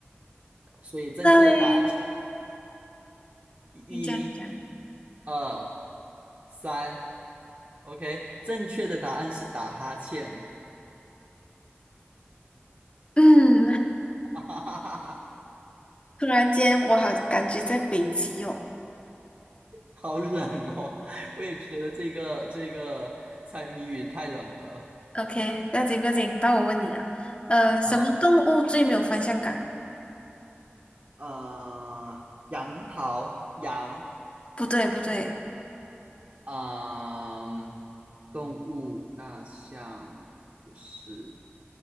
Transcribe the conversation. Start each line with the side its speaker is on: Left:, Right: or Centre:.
Right: 所以正确的答案是
Left: 那嘞，
Right: 一、
Left: 你这样讲，
Right: 二、三。OK，正确的答案是打哈欠。
Left: 嗯，
Right: <laughs> 哈哈哈哈，
Left: 突然间我好感觉在北极哦。
Right: 好冷哦！<laughs> 我也觉得这个这个猜谜语太冷了。
Left: OK，不要紧不要紧，到我问你啊，呃，
Right: 好，
Left: 什么动物最没有方向感？
Right: 呃，杨桃，杨
Left: 不对不对，
Right: 啊，动物，大象不是